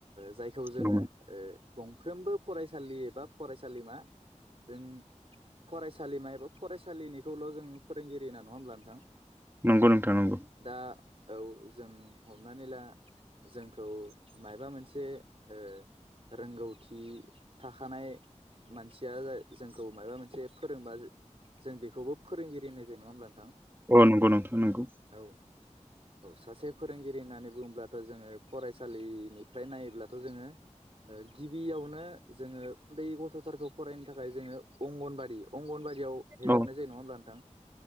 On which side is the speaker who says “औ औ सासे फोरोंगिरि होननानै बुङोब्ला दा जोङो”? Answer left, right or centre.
Right